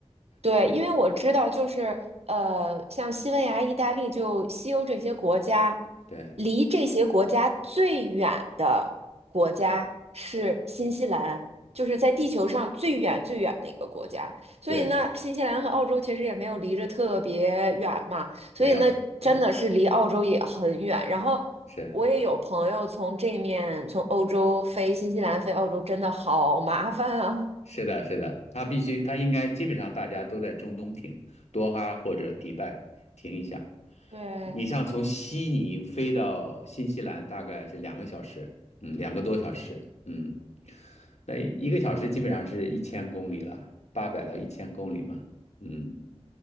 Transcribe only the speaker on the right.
对，
因为我知道，就是呃，像西班牙、意大利，就西欧这些国家，
离这些国家最远的国家是新西兰，就是在地球上最远最远的一个国家。所以呢，
新西兰和澳洲其实也没有离着特别远嘛，所以呢，
真的是离澳洲也很远。然后
我也有朋友从这面从欧洲飞新西兰飞澳洲，真的好麻烦啊。
<laughs> 对，